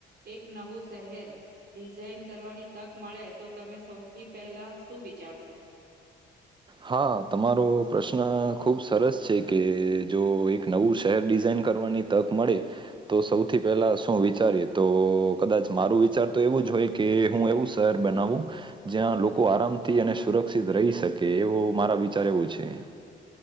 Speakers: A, on the right (about 55°); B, on the right (about 25°).
A: એક નવું શહેર ડિઝાઇન કરવાની તક મળે તો તમે સૌથી પહેલાં શું વિચારશો?
B: હાં તમારો પ્રશ્ન ખૂબ સરસ છે કે જો એક નવું શહેર ડિઝાઇન કરવાની તક મળે તો સૌથી પહેલા શું વિચારીએ તો કદાચ મારું વિચાર તો એવું જ હોય કે હું એવું તર બનાવું જ્યાં લોકો આરામથી અને સુરક્ષિત રહી શકે કે એવું મારાં વિચાર એવું છે.